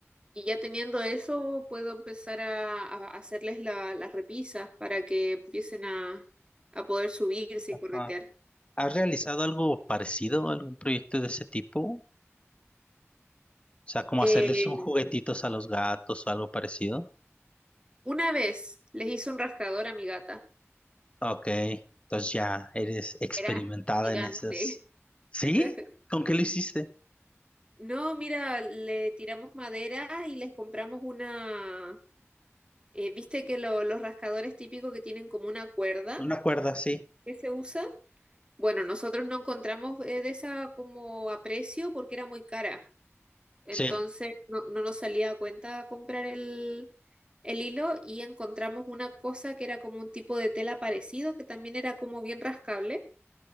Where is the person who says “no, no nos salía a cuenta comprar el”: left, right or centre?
Right